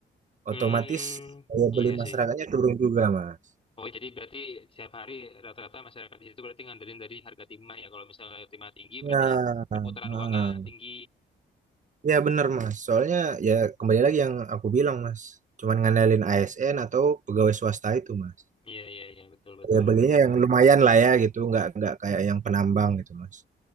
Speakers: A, on the left (about 30°); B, on the right (about 40°).
A: hmm,
B: otomatis daya
A: iya
B: beli
A: sih.
B: masyarakatnya turun juga mas.
A: Oh, jadi berarti setiap hari rata-rata masyarakat di situ berarti ngandelin dari harga timah ya. Kalau misalnya timah tinggi,
B: Ya,
A: berarti perputaran
B: ah.
A: uangnya tinggi.
B: ya benar mas. Soalnya ya kembali lagi yang aku bilang mas, cuman ngandalin ASN atau pegawai swasta itu mas.
A: Iya, iya, iya, betul, betul.
B: Ya belinya yang lumayan lah ya gitu, nggak nggak kayak yang penambang gitu Mas.